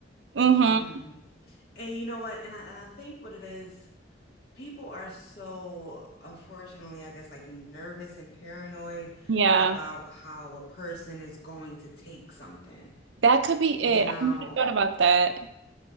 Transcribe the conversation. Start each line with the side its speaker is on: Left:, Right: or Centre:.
Right: hmm
Left: mm. And you know what? And I, and I think what it is. people are so unfortunately i guess like nervous and paranoid
Right: Yeah.
Left: about how a person is going to take something
Right: That could be
Left: you
Right: it.
Left: know
Right: I never thought about that.